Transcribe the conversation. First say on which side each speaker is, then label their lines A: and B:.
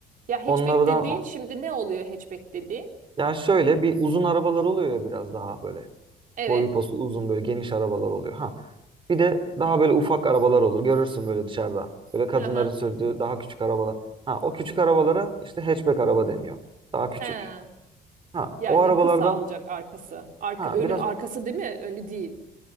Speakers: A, on the right (about 50°); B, on the right (about 30°).
A: Ya hatchback
B: Onlardan
A: dediğin
B: o-
A: şimdi ne oluyor hatchback dediğin?
B: yani şöyle bir uzun arabalar oluyor ya biraz daha böyle
A: Evet.
B: boyu posu uzun böyle geniş arabalar oluyor. Ha. Bir de daha böyle ufak arabalar olur. Görürsün böyle dışarıda. Böyle kadınların
A: Hı hı.
B: sürdüğü daha küçük arabalar. Ha o küçük arabalara işte hatchback araba deniyor. Daha küçük.
A: He.
B: Ha
A: Yani
B: o arabalardan
A: kısa olacak arkası. Arka
B: ha
A: önü
B: biraz
A: arkası değil mi? Önü değil.